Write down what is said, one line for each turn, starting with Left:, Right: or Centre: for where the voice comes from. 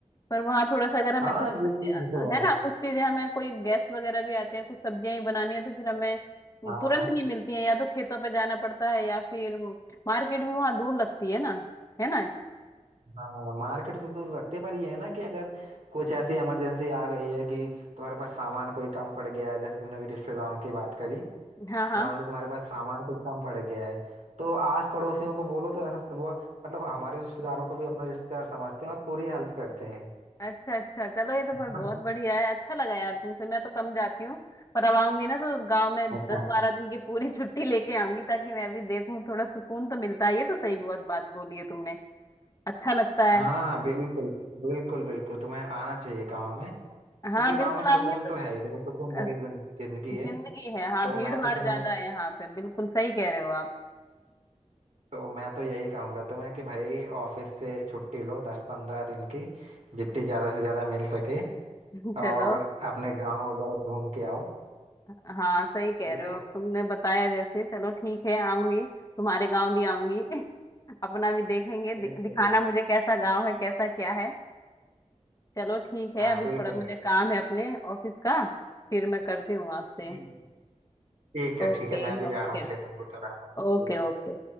Left: पर वहां थोड़ा सा अगर हमें
Right: हाँ
Left: कुछ सब्जी-
Right: ये चीज तो है
Left: है ना कुछ चीजें हमें कोई गेस्ट वगैरह भी आते हैं कुछ सब्जियां ही बनानी है तो फिर हमें
Right: हाँ
Left: तुरंत
Right: हाँ
Left: नहीं मिलती है या तो खेतों पे जाना पड़ता है या फिर मार्केट भी वहां दूर लगती है ना है ना
Right: हाँ मार्केट तो दूर रखते पर ये है ना कि अगर कुछ ऐसी इमरजेंसी आ गई है कि तुम्हारे पास सामान कोई कम पड़ गया है जैसे तुमने अभी रिश्तेदारों की बात करी
Left: हाँ
Right: तो
Left: हाँ
Right: मान लो तुम्हारे पास सामान कुछ कम पड़ गया है तो आस पड़ोसियों को बोलो तो ऐसा वो मतलब हमारे रिश्तेदारों को भी अपना रिश्तेदार समझते हैं और पूरी हेल्प करते हैं
Left: अच्छा अच्छा चलो ये तो
Right: है
Left: पर बहुत
Right: ना
Left: बढ़िया है अच्छा लगा यार तुमसे मैं तो कम जाती हूँ पर अब आऊंगी ना तो गांव में
Right: अच्छा
Left: दस बारह दिन की पूरी <laughs> छुट्टी लेके आऊंगी ताकि मैं भी देखूं थोड़ा सुकून तो मिलता है ये तो सही बहुत बात बोली है तुमने अच्छा लगता है
Right: हाँ हाँ बिल्कुल बिल्कुल बिल्कुल तुम्हें आना चाहिए गाँव में
Left: हाँ
Right: क्योंकि गाँव
Left: बिल्कुल
Right: में सुकून
Left: आऊंगी
Right: तो
Left: तो
Right: है ही देखो सुकून भरी
Left: अ,
Right: जिन- जिंदगी
Left: जिंदगी
Right: है
Left: है हाँ
Right: तो
Left: भीड़
Right: मैं
Left: भाड़
Right: तो तुम्हें
Left: ज्यादा है यहाँ पे बिल्कुल सही कह रहे हो आप
Right: तो मैं तो यही कहूंगा तुम्हें कि भाई ऑफिस से छुट्टी लो दस पंद्रह दिन की जितनी ज्यादा से ज्यादा मिल सके
Left: <laughs> चलो
Right: और अपने गांव वगैरह घूम के आओ
Left: हाँ सही कह
Right: ठीक
Left: रहे
Right: है
Left: हो अब तुमने बताया जैसे चलो ठीक है आऊंगी तुम्हारे गाँव भी आऊंगी <laughs> अपना भी देखेंगे दि,
Right: बिल्कुल
Left: दिखाना
Right: बिल्कुल
Left: मुझे कैसा गाँव है कैसा क्या है चलो ठीक है
Right: हाँ
Left: अभी
Right: बिल्कुल
Left: थोड़ा मुझे काम है अपने ऑफिस का फिर मैं करती हूँ आपसे
Right: बिल्कुल ठीक है
Left: Okay
Right: ठीक है मैं भी जा
Left: okay
Right: रहा हूँ खेतों की तरफ ठीक
Left: okay okay
Right: है